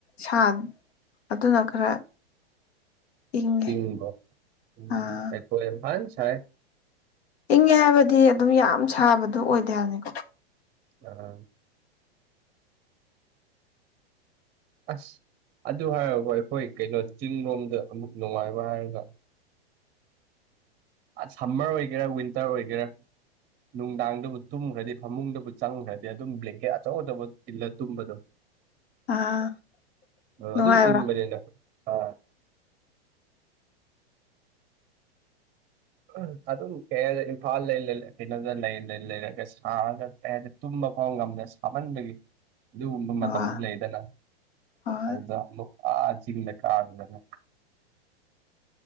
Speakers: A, on the left; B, on the right.
A: ꯁꯥꯟ ꯑꯗꯨꯅ ꯈꯔ ꯏꯪꯉꯦ
B: ꯏꯪꯕ꯭ꯔꫭ ꯎꯝ
A: ꯑꯥ
B: ꯑꯩꯈꯣꯏ ꯏꯝꯐꯥꯟ ꯁꯥꯏ
A: ꯏꯪꯉꯦ ꯍꯥꯏꯕꯗꯤ ꯑꯗꯨꯝ ꯌꯥꯝ ꯁꯥꯕꯗꯣ ꯑꯣꯏꯗꯦ ꯍꯥꯏꯝꯅꯤꯀꯣ
B: ꯑ ꯑꯁ ꯑꯗꯨ ꯍꯥꯏꯔꯒꯀꫭ ꯑꯩꯈꯣꯏ ꯀꯩꯅꯣ ꯆꯤꯡꯔꯣꯝꯗ ꯑꯃꯨꯛ ꯅꯨꯡꯉꯥꯏꯕ ꯍꯥꯏꯔꯒ ꯑ ꯁꯝꯃꯔ ꯑꯣꯏꯒꯦꯔꯥ ꯋꯤꯟꯇꯔ ꯑꯣꯏꯒꯦꯔꯥ ꯅꯨꯡꯗꯥꯡꯗꯕꯨ ꯇꯨꯝꯈ꯭ꯔꯗꯤ ꯐꯃꯨꯡꯗꯕꯨ ꯆꯪꯈ꯭ꯔꯗꯤ ꯑꯗꯨꯝ ꯕ꯭ꯂꯦꯡꯀꯦꯠ ꯑꯆꯧ ꯑꯆꯧꯕ ꯇꯤꯜꯂ ꯇꯨꯝꯕꯗꯣ
A: ꯑꯥ
B: ꯑꯥꯑꯗꯨꯝ
A: ꯅꯨꯡꯉꯥꯏꯕ꯭ꯔꯥ
B: ꯏꯪꯕꯅꯦꯅ ꯑ ꯎ ꯑꯗꯨꯝ ꯀꯩ ꯍꯥꯏꯅ ꯏꯝꯐꯥꯜ ꯂꯩ ꯀꯩꯅꯣꯗ ꯂꯩ ꯂꯩꯔꯒ ꯁꯔꯒ ꯀꯩ ꯍꯥꯏꯅꯤ ꯇꯨꯝꯕ ꯐꯥꯎ ꯉꯝꯗꯦ ꯁꯥꯃꯟꯕꯒꯤ ꯑꯗꯨꯒꯨꯝꯕ
A: ꯍꯣꯏ
B: ꯃꯇꯝꯁꯨ ꯂꯩꯗꯅ
A: ꯍꯣꯏ
B: ꯑꯗꯨꯗ ꯑꯃꯨꯛ ꯑꯥ ꯆꯤꯡꯗ ꯀꯥꯗꯅ